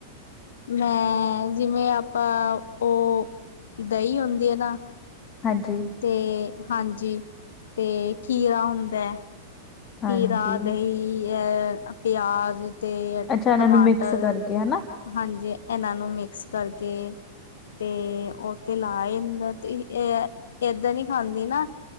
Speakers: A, on the left; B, on the left.
A: ਮੈਂ ਜਿਵੇਂ ਆਪਾਂ ਉਹ ਦਹੀਂ ਹੁੰਦੀ ਹੈ ਨਾ
B: ਹਾਂਜੀ
A: ਤੇ ਹਾਂਜੀ ਤੇ ਖੀਰਾ ਹੁੰਦਾ।
B: ਹਾਂਜੀ
A: ਖੀਰਾ ਦਹੀਂ ਅ ਪਿਆਜ ਤੇ
B: ਅੱਛਾ ਇਹਨਾਂ
A: ਟਮਾਟਰ
B: ਨੂੰ ਮਿਕਸ ਕਰਕੇ ਹੈ ਨਾ
A: ਹਾਂਜੀ ਇਹਨਾਂ ਨੂੰ ਮਿਕਸ ਕਰਕੇ ਤੇ ਉਹ ਤੇ ਲਾ ਇੰਦਾ ਤੇ ਇਹ ਏਦਾਂ ਨੀ ਖਾਂਦੀ ਨਾ